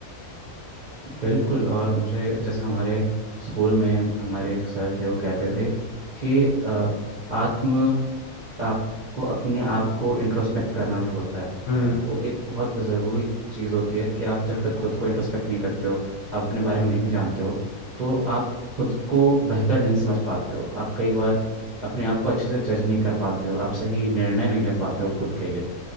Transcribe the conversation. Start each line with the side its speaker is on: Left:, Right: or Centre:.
Right: बिल्कुल और मुझे जैसे हमारे स्कूल में हमारे एक सर थे वो कहते थे
Left: हम्म
Right: कि अ, आत्म आपको अपने आप को इंट्रोस्पेक्ट करना जो होता
Left: हम्म
Right: है वो एक बहुत ज़रूरी चीज़ होती है कि आप जब
Left: हम्म हम्म।
Right: तक खुद को इंट्रोस्पेक्ट नहीं करते हो आप अपने बारे में नहीं जानते हो तो आप खुद को बेहतर नहीं समझ पाते हो आप कई बार अपने आप को अच्छे से जज नहीं कर पाते हो आप सही निर्णय नहीं ले पाते हो खुद के लिए